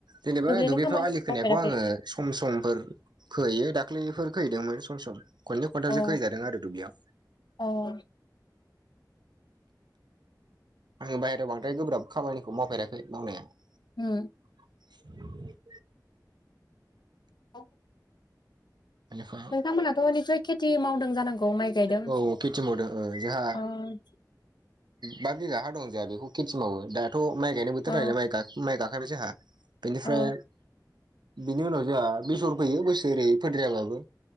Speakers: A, on the right (about 80°); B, on the left (about 80°).
A: जेनेबा
B: दुब्लिनि
A: दुुब्लिफ्राव
B: खामानिखौ
A: आलि खोनायखौ
B: मावफेराखै
A: आङो सम समफोर खोैयो दाख्लैफोर खोहैदोंमोन सम सम खनै खन्थावसो
B: औ
A: गैजादों आरो दुब्लियाव
B: औ
A: आरो बाहेरायाव बांद्राय गोब्राब खामानिखौ मावफेराखै मावनाया
B: हम
A: <inaudible>
B: औ
A: <unintelligible>
B: नोंथांमोनाथ' बिनिफ्राय खेथि मावदों जानांगौ माइ गायदों
A: औ खेथि मावदों ओ जोंहा
B: ओं?
A: बा बिघा हा दं जोंहा बेखौ खेथि मावो दाथ' माइ गायनो बोथोर
B: अ
A: न म माइ गाखायबाय जोंहा बेनिफ्राय
B: अ
A: बेनि उनाव जोंहा बेसर फैयो बोसोरै फोदायाबाबो